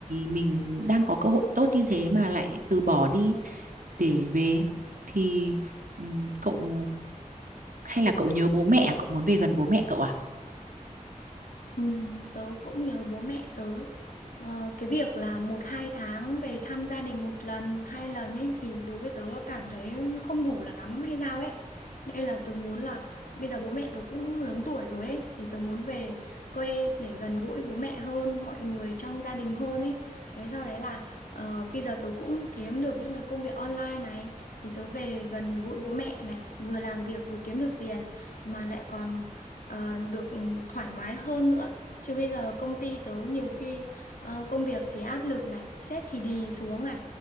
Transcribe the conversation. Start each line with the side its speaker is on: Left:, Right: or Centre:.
Right: mình đang có cơ hội tốt như thế mà lại từ bỏ đi để về thì ừ, cậu hay là cậu nhớ bố mẹ à? cậu muốn về gần bố mẹ cậu à
Left: Ừ, tớ cũng nhớ bố mẹ tớ ờ, cái việc là một hai tháng về thăm gia đình một lần hai lần ấy thì đối với tớ cảm thấy không đủ lắm hay sao ấy nên là tớ muốn là bây giờ bố mẹ tớ cũng lớn tuổi rồi ấy thì tớ muốn về quê để gần gũi bố mẹ hơn mọi người trong gia đình hơn ấy thế sau đấy là ờ, bây giờ tớ cũng kiếm được những cái công việc online này thì tớ về gần gũi bố mẹ này vừa làm việc vừa kiếm được tiền mà lại còn ờ, được thoải mái hơn nữa Chứ bây giờ công ty tớ nhiều khi ờ, công việc thì áp lực này, sếp thì đì xuống này.